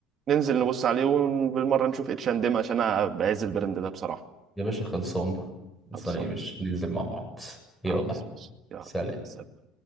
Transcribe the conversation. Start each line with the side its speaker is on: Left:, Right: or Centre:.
Right: ننزل نبص عليه وبالمره نشوف اتش اند ام عشان انا بعز البراند ده بصراحه
Centre: يا باشا خلصان خلصان
Right: خلصان
Centre: يا باشا ننزل مع بعض يلا
Right: خلاص
Centre: حبيبي
Right: ماشي. يلا
Centre: سلام
Right: سلام.